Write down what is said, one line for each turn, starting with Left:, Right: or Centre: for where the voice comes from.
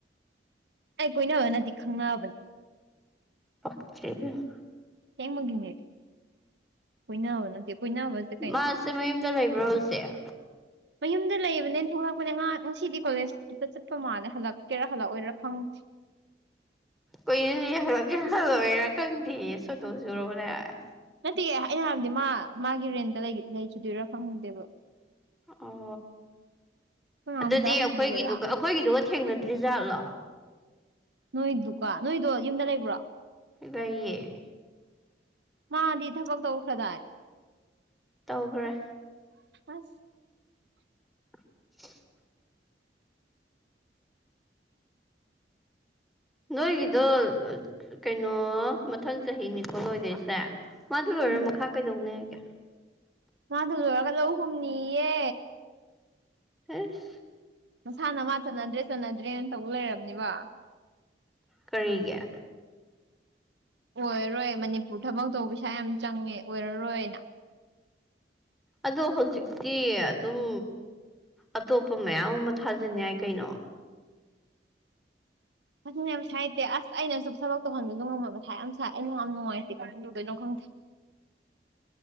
Right: ꯑꯩ ꯀꯣꯏꯅꯕ ꯅꯠꯇꯦ ꯈꯪꯅꯕꯅꯦ
Centre: ꯄꯛꯇꯔ꯭ꯦ ꯏꯕꯦꯝꯃ
Right: ꯑꯁꯦꯡꯕꯒꯤꯅꯦ ꯀꯣꯏꯅꯕ ꯅꯠꯇꯦ ꯀꯣꯏꯅꯥꯕꯁꯦ ꯀꯩꯅꯣ
Centre: ꯃꯥꯁꯦ ꯃꯌꯨꯝꯗ ꯂꯩꯕ꯭ꯔꯣ ꯍꯧꯖꯤꯛ
Right: ꯃꯌꯨꯝꯗ ꯂꯩꯕꯅꯦ ꯊꯣꯛꯂꯛꯄꯅꯦ ꯉꯍꯥꯛ ꯉꯁꯤꯗꯤ ꯀꯣꯂꯦꯖꯇ ꯆꯠꯄ ꯃꯥꯜꯂꯦ ꯍꯜꯂꯛꯀꯦꯔꯥ ꯍꯜꯂꯛꯑꯣꯏꯔꯥ ꯈꯪꯗꯦ
Centre: ꯀꯩꯅꯣꯅꯦ ꯍꯜꯂꯛꯀꯦꯔꯥ ꯍꯜꯂꯛꯑꯣꯏꯔꯥ ꯈꯡꯗꯦꯌꯦ ꯁꯣꯅꯣ ꯆꯨꯔꯕꯣ ꯅꯪ
Right: ꯅꯠꯇꯦ ꯑꯩꯅ ꯍꯥꯏꯕꯗꯤ ꯃꯥ ꯃꯥꯒꯤ ꯔꯦꯟꯇ ꯂꯩ ꯂꯩꯈꯤꯗꯣꯏꯔꯥ ꯈꯡꯗꯦꯕ
Centre: ꯑꯣ
Right: ꯅꯪ
Centre: ꯑꯗꯨꯗꯤ
Right: ꯑꯝꯇ
Centre: ꯑꯩꯈꯣꯏꯒꯤꯗꯨꯒ
Right: ꯍꯪꯕꯤꯒꯦꯔꯥ
Centre: ꯑꯩꯈꯣꯏꯒꯤꯗꯨꯒ ꯊꯦꯡꯅꯗ꯭ꯔꯤꯖꯥꯠꯂꯣ
Right: ꯅꯣꯏꯗꯨꯒꯥ ꯅꯣꯏꯗꯣ ꯌꯨꯝꯗ ꯂꯩꯕ꯭ꯔꯣ
Centre: ꯂꯩꯌꯦ
Right: ꯃꯥꯗꯤ ꯊꯕꯛ ꯇꯧꯈ꯭ꯔꯗꯥꯏ
Centre: ꯇꯧꯒꯔ꯭ꯦ
Right: ꯑꯁ
Centre: <inaudible> ꯅꯣꯏꯒꯤꯗꯣ ꯀꯩꯅꯣ ꯃꯊꯪ ꯆꯍꯤ ꯅꯤꯀꯣ ꯂꯣꯏꯗꯣꯏꯁꯦ ꯃꯥꯗꯨ ꯂꯣꯏꯔ
Right: ꯎꯝ
Centre: ꯃꯈꯥ ꯀꯩꯗꯧꯅꯤ ꯍꯥꯏꯒꯦ
Right: ꯃꯥ ꯑꯗꯨ ꯂꯣꯏꯔꯒ ꯂꯧ ꯀꯨꯝꯅꯤꯌꯦ
Centre: ꯍꯦꯁ
Right: ꯃꯁꯥꯅ ꯃꯥ ꯆꯟꯅꯗ꯭ꯔꯦ ꯆꯟꯅꯗ꯭ꯔꯦꯅ ꯇꯧ ꯂꯩꯔꯝꯅꯤꯕꯥ
Centre: ꯀꯔꯤꯒꯦ
Right: ꯑꯣꯏꯔꯔꯣꯏ ꯃꯅꯤꯄꯨꯔ ꯊꯕꯛ ꯇꯧꯕ ꯄꯩꯁꯥ ꯌꯥꯝ ꯆꯪꯉꯦ ꯑꯣꯏꯔꯔꯣꯏꯅ
Centre: ꯑꯗꯣ ꯍꯧꯖꯤꯛꯇꯤ ꯑꯗꯨꯝ ꯑꯇꯣꯞꯄ ꯃꯌꯥꯝ ꯑꯃ ꯊꯥꯖꯟ ꯌꯥꯏ ꯀꯩꯅꯣ
Right: ꯑꯗꯨꯅꯦꯕ ꯄꯩꯁꯥꯏꯇꯦ ꯑꯁ ꯑꯩꯅꯁꯨ ꯊꯕꯛ ꯇꯧꯍꯟꯕꯁꯨ ꯉꯝꯃꯣꯏ ꯃꯊꯥ ꯌꯥꯝ ꯁꯥꯏ ꯑꯩꯅ ꯉꯝ ꯅꯨꯉꯥꯏꯇꯦ ꯀꯃꯥꯏꯅ ꯇꯧꯗꯣꯏꯅꯣ ꯈꯪꯗꯦ